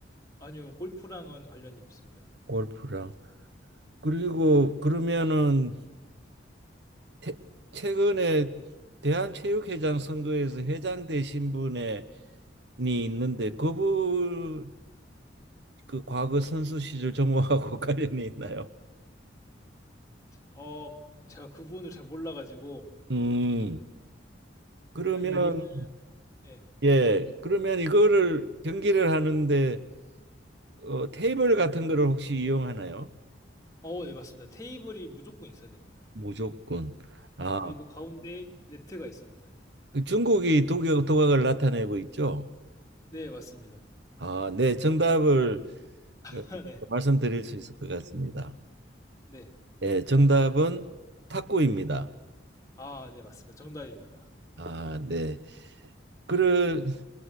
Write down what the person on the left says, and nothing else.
아니요, 골프랑은 관련이 없습니다.
어, 제가 그 부분을 잘 몰라가지고
아니면은 예,
어, 네, 맞습니다. 테이블이 무조건 있어야 됩니다.
네, 그리고 가운데 네트가 있습니다.
네, 맞습니다.
<laughs>
네,
네.
아, 네, 맞습니다. 정답입니다.